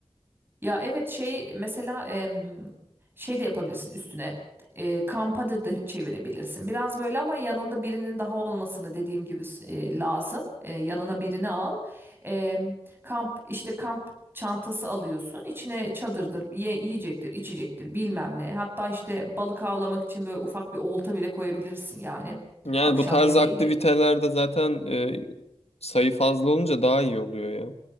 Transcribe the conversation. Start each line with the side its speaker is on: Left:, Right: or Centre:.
Right: Ya evet şey mesela em, şey de yapabilirsin üstüne. E, kampa da da çevirebilirsin. Biraz böyle ama yanında birinin daha olmasını dediğim gibi e, lazım. E, yanına birini al. Em, kamp işte kamp çantası alıyorsun. İçine çadırdır, ye- yiyecektir, içecektir, bilmem ne. Hatta işte balık avlamak için böyle ufak bir olta bile koyabilirsin yani.
Left: Yani
Right: Akşam
Left: bu tarz
Right: yemeğini.
Left: aktivitelerde zaten e, sayı fazla olunca daha iyi oluyor ya.